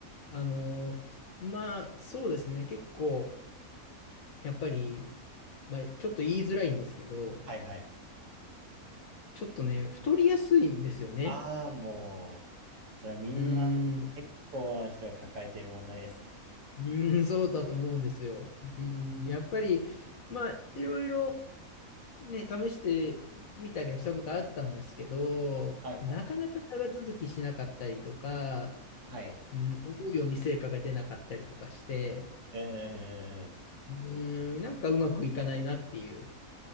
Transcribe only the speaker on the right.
はいはい。
ああ、もう、それはみんな
結構な人が抱えている問題ですね。
はいはいはい。
はい。
うーん。